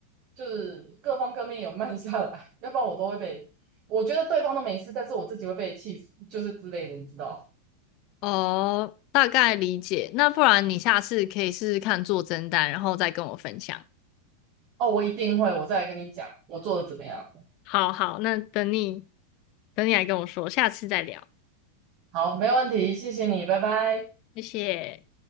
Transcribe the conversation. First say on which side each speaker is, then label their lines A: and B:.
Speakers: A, on the right; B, on the left.
A: 就是各方各面有慢下来，<laughs> 要不然我都会被，我觉得对方都没事，但是我自己会被气死，就是之类的，你知道？
B: 哦，大概理解。那不然你下次可以试试看做蒸蛋，然后再跟我分享。
A: 哦，我一定会，我再来跟你讲我做的怎么样。
B: 好好，那等你等你来跟我说，下次再聊，
A: 好，没问题，谢谢你，拜拜。
B: 谢谢。